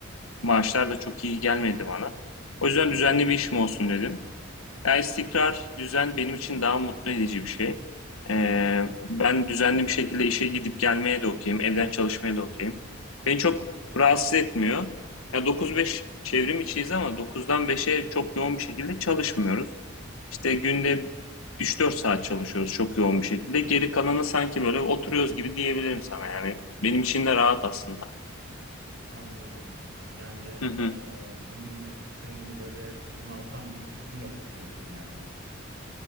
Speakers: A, on the left; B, on the right.
A: maaşlar da çok iyi gelmedi bana. O yüzden düzenli
B: hı hı.
A: bir işim olsun dedim. Ya istikrar, düzen benim için daha mutlu edici bir şey. Ee,
B: hı hı.
A: ben düzenli bir şekilde işe gidip gelmeye de okeyim, evden çalışmaya da okeyim. Beni çok rahatsız etmiyor. Ya 9-5 çevrim içiyiz ama 9'dan 5'e çok yoğun bir şekilde çalışmıyoruz. İşte günde 3-4 saat çalışıyoruz çok yoğun bir şekilde. Geri kalanı sanki böyle oturuyoruz gibi diyebilirim sana yani. Benim için de rahat aslında.
B: Anladım. Yani
A: Hı hı.
B: e, bunun seni böyle bunaltan bir kısmı yok diyorsun yani açıkçası.